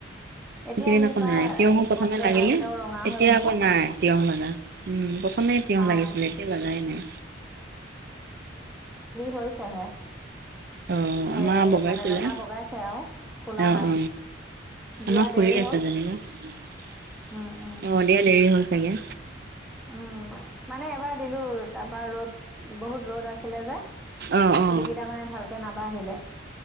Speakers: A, in the centre; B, on the right.
A: এতিয়া
B: একিদিন আক'
A: ইপা
B: নাই তিয়হো
A: হেৰি
B: প্ৰথমে
A: ভাত কেৰেলা
B: লাগিলে,
A: কেইটাও ৰঙা হৈ
B: এতিয়া
A: গৈছে।
B: আকৌ নাই তিয়হ লাগা। উম, প্ৰথমে তিয়হ
A: অ',
B: লাগিছিলে এতিয়া লাগাই নাই।
A: হৈছে হে।
B: অ
A: সেই
B: আমাৰ বগাইছিলে
A: মানে লতা বগাইছে আৰু ফুলা
B: অ
A: নাই।
B: অ
A: দিয়া
B: আমাৰ ফুলি
A: দেৰি
B: আছে
A: হ'ল।
B: যেনিবা। অ,
A: উম, উম,
B: দিয়া দেৰি হ'ল চাগে।
A: উম, মানে এবাৰ দিলো তাপা ৰ'দ বহুত ৰ'দ আছিলে যে
B: অ অ
A: পুলি কিটা মানে ভালকে নাবাঢ়িলে